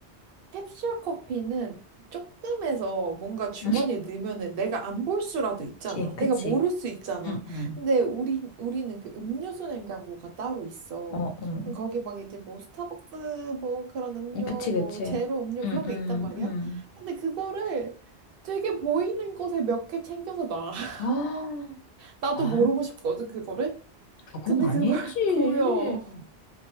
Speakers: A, on the right; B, on the left.
A: 캡슐 커피는 조금해서 뭔가 주머니에
B: 응,
A: 넣으면은 내가 안 볼 수라도 있잖아.
B: 그치, 그치.
A: 내가 모를 수 있잖아.
B: 응, 응.
A: 근데 우리 우리는 그 음료수 냉장고가 따로 있어.
B: 어, 응.
A: 그럼 거기 막 이제 뭐 스타벅스 뭐 그런 음료
B: 그치,
A: 뭐
B: 그치.
A: 제로 음료
B: 응,
A: 그런
B: 응,
A: 게 있단 말이야.
B: 응.
A: 근데 그거를 되게 보이는 곳에 몇 개 챙겨서 놔. <laughs>
B: 아,
A: 나도
B: 아,
A: 모르고 싶거든 그거를.
B: 그건
A: 근데
B: 아니지.
A: 그걸 <laughs> 보여.